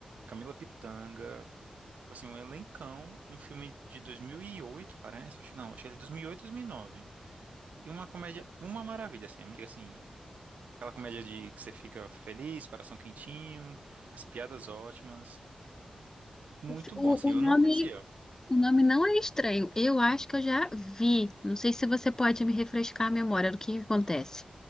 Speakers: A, on the right; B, on the left.
A: Camila Pitanga, tipo assim, um elencão, um filme de 2008, parece, acho que não, acho que ele é 2008, 2009. E uma comédia, uma maravilha, assim, amiga, assim, Aquela comédia de que você fica feliz, coração quentinho, as piadas ótimas. Muito
B: O, fi- o
A: bom, assim,
B: o
A: eu
B: nome
A: não conhecia.
B: O nome não é estranho. Eu acho que eu já vi. Não sei se você pode me refrescar a memória do que que acontece.